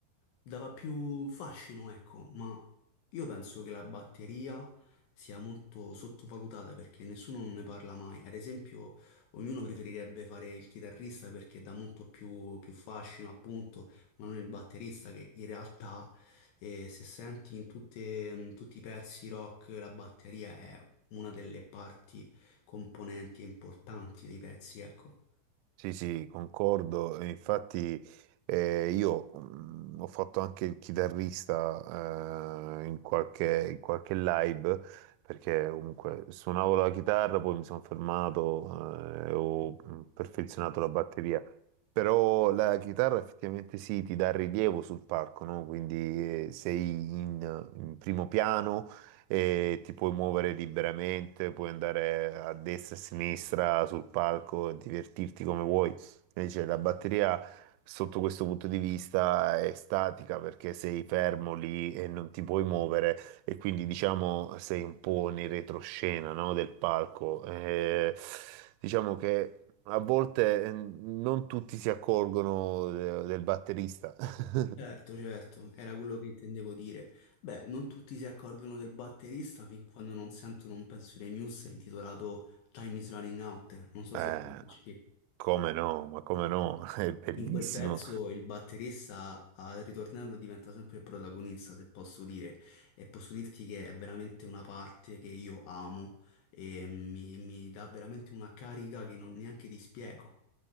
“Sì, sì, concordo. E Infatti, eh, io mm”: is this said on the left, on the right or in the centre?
Right